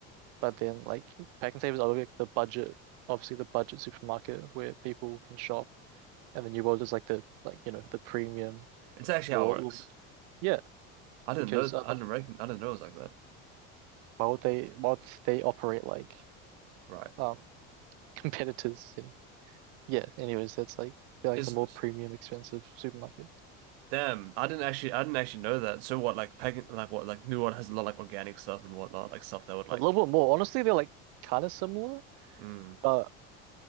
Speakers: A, on the right (about 65°); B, on the right (about 80°).
A: But then like Pack and Save is always like the budget, obviously the budget supermarket where people can shop, and the New World is like the like you know the premium
B: It's actually
A: more
B: how it works.
A: yeah
B: I didn't
A: because
B: know
A: other
B: I didn't reckon I didn't know it was like that.
A: why would they why would they operate like
B: Right.
A: um <laughs> competitors you know yeah anyways that's like they're like
B: Is
A: the more premium expensive supermarket
B: damn, I didn't actually I didn't actually know that. So what like pagan like what like New One has a lot like organic stuff and whatnot, like stuff that would like
A: a little bit more honestly they're like kind of similar
B: mm,
A: but